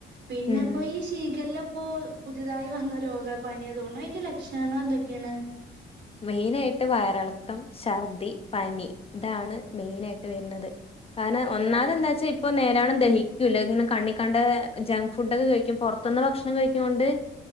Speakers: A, on the right; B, on the left.
A: പിന്നെപ്പോയ്
B: ഉം
A: ശ് ശീകല്ല്പ്പോ പുതിയതായി വന്ന രോഗാ പനിയതോണ് അതിന്റെ ലക്ഷണങ്ങളെന്തൊക്കെയാണ്
B: മെയ്നായ്ട്ട് വയറിളക്കം ശർദ്ദി പനി ഇതാണ് മെയ്നായ്ട്ട് വരുന്നത് കാരണം ഒന്നാതെന്താച്ച്
A: അൽ
B: ഇപ്പൊ നേരാണം ദഹിക്കൂല്ല ഇങ്ങനെ കണ്ണിക്കണ്ട ജങ്ക് ഫുഡൊക്കെ കഴിക്കും പൊറത്തുന്ന് ഭക്ഷണം കഴിക്ക്ന്നെകൊണ്ട്